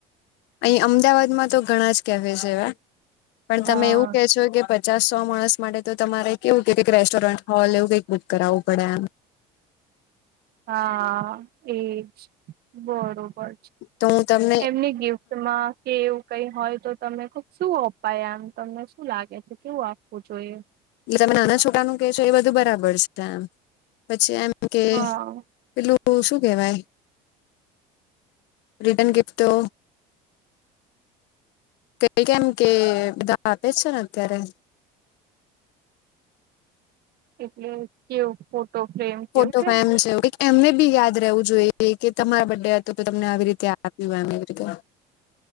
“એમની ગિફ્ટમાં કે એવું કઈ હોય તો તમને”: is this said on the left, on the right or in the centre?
Right